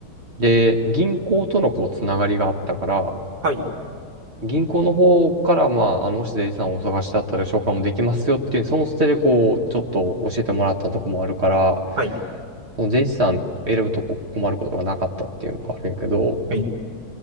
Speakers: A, on the right; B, on the right.
A: で、銀行とのこう、つながりがあったから、
B: はい。
A: 銀行の方から、まあ、あの、もし税理士さんをお探しだったら紹介もできますよっていう、その捨てでこう、ちょっと教えてもらったとこもあるから、
B: はい。
A: その税理士さん選ぶとこ困ることがなかったっていうのがあるんやけど、
B: はい。